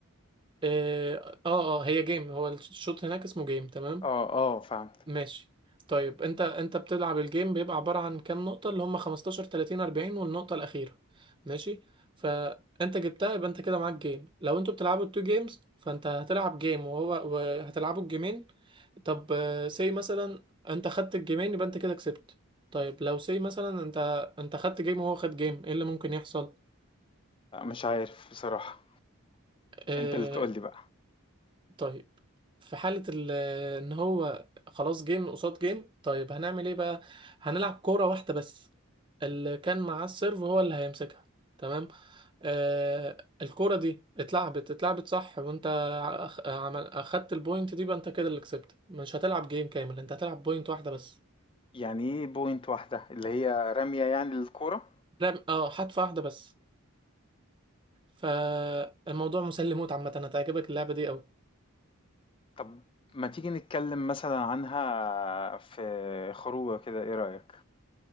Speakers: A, on the right (about 20°); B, on the left (about 25°).
A: اه اه آه، هي جيم هو الشوط هناك اسمه جيم تمام
B: اه اه فهمت
A: ماشي طيب انت انت بتلعب الجيم بيبقى عبارة عن كام نقطة اللي هم 15 30 40 والنقطة الأخيرة ماشي فانت جبتها يبقى انت كده معاك جيم لو انتوا بتلعبوا التو جيمز فانت هتلعب جيم وهو وهتلعبوا الجيمين طب سي مثلا انت خدت الجيمين يبقى انت كده كسبت طيب لو سي مثلا انت انت خدت جيم وهو خد جيم ايه اللي ممكن يحصل
B: مش عارف بصراحة
A: آه،
B: انت اللي تقول لي بقى
A: طيب في حالة ال- آه، ان هو خلاص جيم قصاد جيم طيب هنعمل ايه بقى هنلعب كورة واحدة بس اللي كان معاه السيرف هو اللي هيمسكها تمام آه الكورة دي اتلعبت اتلعبت صح وانت أخ- عمل- اخدت البوينت دي بقى انت كده اللي كسبت مش هتلعب جيم كامل انت هتلعب بوينت واحدة بس
B: يعني ايه بوينت واحدة اللي هي رمية يعني للكورة
A: لا اه حدفة واحدة بس فالموضوع مسلي موت عامة هتعجبك اللعبة دي قوي
B: طب ما تيجي نتكلم مثلا عنها في خروجة كده ايه رأيك